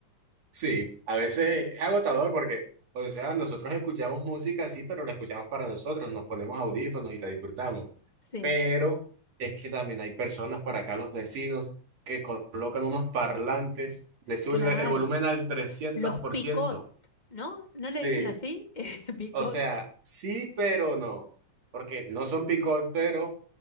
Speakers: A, on the right; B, on the left.
A: Sí, a veces es agotador porque, o sea, nosotros escuchamos música, sí, pero la escuchamos para nosotros, nos ponemos audífonos y la disfrutamos.
B: Sí,
A: Pero es que también hay personas por acá, los vecinos, que colocan unos parlantes, le suben
B: claro.
A: la- el volumen al trescientos
B: Los
A: por
B: picot,
A: ciento,
B: ¿no? ¿No
A: Sí,
B: le dicen así? <laughs> Picot.
A: o sea, sí, pero no, porque no son picot, pero